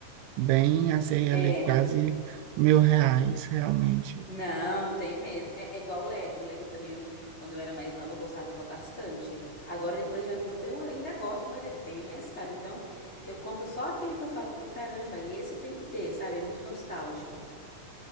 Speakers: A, on the right; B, on the left.
A: bem a ser
B: É.
A: ali quase mil reais, realmente.
B: Não, tem mesmo. É igual o Lego. O Lego também, eu- quando eu era mais nova, eu gostava bastante. Agora, depois de adulta, eu ainda gosto, mas é bem mais caro. Então, eu compro só aquele que eu falo, caramba, esse tem que ter, sabe? É muito nostálgico.